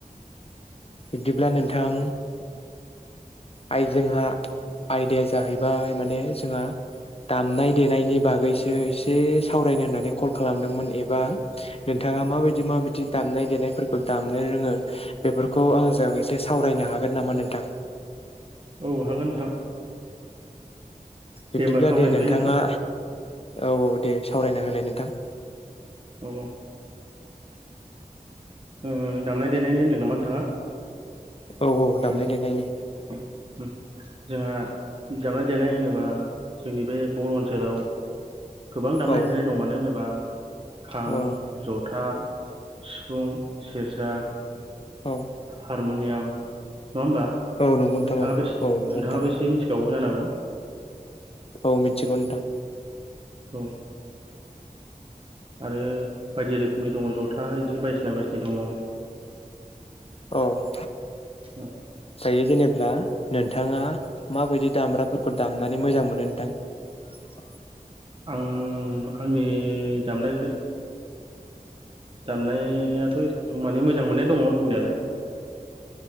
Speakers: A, on the left (about 40°); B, on the right (about 35°).
A: बिदिब्ला नोंथां आइ जोंहा आयदाया जाहैबाय माने जोंहा दामनाय-देनायनि बागैसो एसे सावरायनो होननानै खल खालामदोंमोन एबा नोंथा ङा माबायदि माबायदि दामनाय-देनायफोरखौ दामनो रोङो बेफोरखौ आंजों एसे सावरायनो हागोन गोन नामा नोंथां?
B: औ हागोन नोंथां
A: बिब्दिब्ला
B: होमबा सावरायनोसै
A: दे नोंथाङा
B: नोंथां
A: औ औ दे सावरायना होलाय नोंथां
B: औ औ ओ दामनायदेनायनि होनदों नामा नोंथाङा?
A: औ औ दामनाय
B: उम
A: देनायनि
B: <unintelligible> उम जोंहा दामनाय-देनाय होनोबा जोंनि बे बर' ओनसोलाव गोबां दामनाय-देनाय
A: औ
B: दं मानो होनोबा खाम,
A: औ
B: जथा, सिफुं, सेरजा,
A: औ
B: हारम'नियाम नङा होमबा नोंथाङाबो
A: नंगौ नोंथां औ
B: एसे
A: औ नंगौ
B: नोंथाङाबो
A: नोंथां
B: एसे मिनथि खागौ जानांगौ
A: औ मिनथिगौ नोंथां
B: औ आरो बायदि रोखोमनि दङ' जथा इदिनो बायदिसिना बायदिसिनि दङ'
A: औ
B: उम
A: दायो जेनेब्ला नोंथाङा माबायदि दाम <unintelligible> फोरखो दामनानै मोजां मोनो नोंथां?
B: आं आंनि दामनाय जो दामनायाथ' एसेबां माने मोजां मोननाया दङ' दंनायालाय